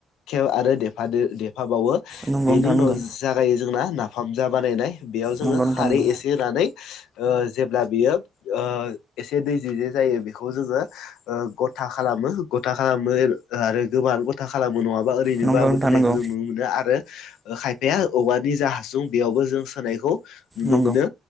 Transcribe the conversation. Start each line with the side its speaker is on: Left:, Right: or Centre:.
Left: खेब आरो देफ देफाबावो
Right: नोंथां
Left: बेनि उनाव।
Right: नंगौ
Left: जागायो जोंना नाफाम जा बानायनाय बेयाव जोंङो
Right: नंगौ नोंथां
Left: खारै
Right: नंगौ
Left: एसे होनानै जेब्ला बियो एसे दै जे जे जायो बेखौ जोंङो गथा खालाम गथा खालामो आरो गोबां गथा खालामो नंङा। आरैनोबाबो
Right: नंगौ नंगौ नोंथां
Left: नुनो
Right: नंगौ
Left: मोनो। बे औवानि जा हासुं बेयावबो जों सोनायखौ। नुनो
Right: नंगौ नोंथां नंगौ नोंथां नंगौ
Left: मोनो